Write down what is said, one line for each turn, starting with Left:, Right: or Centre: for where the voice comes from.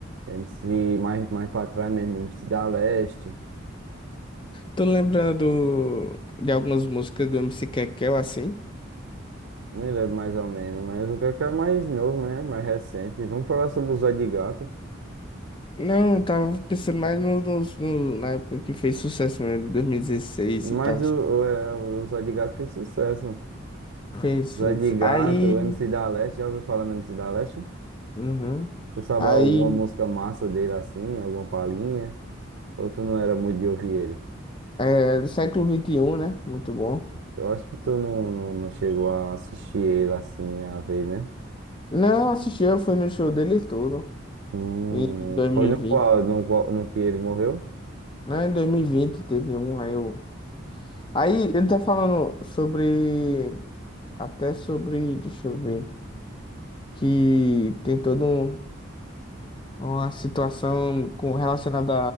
Right: MC mais, mais pra trás mesmo, MC da Leste.
Left: Tu lembra do, de algumas músicas do MC Kekel assim?
Right: Me lembro mais ou menos, mas o que é que é mais novo, né? Mais recente. Vamos falar sobre o Zóio de Gato.
Left: Não, eu tava pensando mais no, nos- no- na época que fez sucesso mesmo, 2016
Right: Mas
Left: e tal.
Right: o, o, é, o Zóio de Gato fez sucesso.
Left: Fez,
Right: Zóio
Left: fez.
Right: de Gato,
Left: Aí.
Right: o MC da Leste, já ouviu falar no MC da Leste?
Left: Uhum.
Right: Tu sabe
Left: Aí.
Right: alguma música massa dele assim, alguma palhinha? Ou tu não era muito de ouvir ele?
Left: É, do século vinte e um né? Muito bom.
Right: Eu acho que tu não, não, não chegou a assistir ele assim, a ver, né?
Left: Não, assisti, eu fui no show dele e tudo.
Right: Hum,
Left: Em dois mil
Right: foi no
Left: e vinte
Right: qual, no, qual- no que ele morreu?
Left: Não, em 2020 teve um, aí eu. Aí ele tá falando sobre. Até sobre. Deixa eu ver. Que tem todo um. Uma situação com relacionada